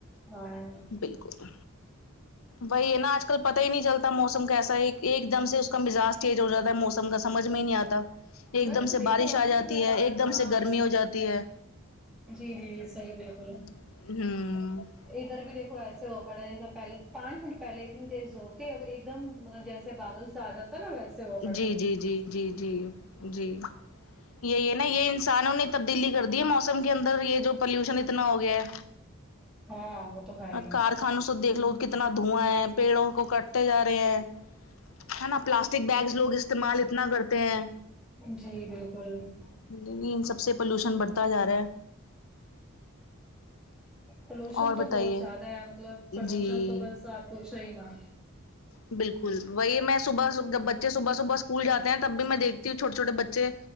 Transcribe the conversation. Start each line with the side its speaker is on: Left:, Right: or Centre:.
Centre: ہاں
Left: بالکل وہی ہے نا آج کل پتا ہی نہیں چلتا موسم کیسا ہے ایک دم سے اس کا مزاج چینج ہو جاتا ہے موسم کا سمجھ میں ہی نہیں آتا ایک
Centre: بس
Left: دم سے
Centre: دیکھو
Left: بارش
Centre: ابھی
Left: آ جاتی
Centre: بھی میں
Left: ہے
Centre: باہر
Left: ایک
Centre: ہاں
Left: دم سے گرمی ہو جاتی ہے
Centre: جی جی صحیح کہے ہو
Left: ہوں ں
Centre: ادھر بھی دیکھو ایسے ہو پڑے جس پہلے پانچ منٹ پہلے اتنی تیز دھوپ تھی اب ایک دم مطلب جیسے بادل سا آ جاتاہے نا ویسے ہو پڑے
Left: جی جی جی جی جی جی یہ نا یہ انسانوں نے تبدیلی کر دی ہے موسم کے اندر یہ جو پلیوشن اتنا ہو گیا ہے
Centre: ہاں تو ہے ہی
Left: کارخانوں سے دیکھ لو کتنا دھواں ہے پیڑوں کو کٹتے جا رہے ہیں ہے ناں پلاسٹک بیگس لوگ استعمال اتنا کرتے ہیں
Centre: جی بالکل
Left: لیکن سب سے پولوشن بڑھتا جا رہا ہے
Centre: پولوشن
Left: اور
Centre: تو
Left: بتائیے
Centre: بہت زیادہ ہے مطلب پردوشن
Left: جی
Centre: تو بس آپ پوچھو ہی نہ
Left: بالکل وہی میں صبح جب بچے صبح صبح اسکول جاتے ہیں تب بھی میں دیکھتی ہوں چھوٹے چھوٹے بچے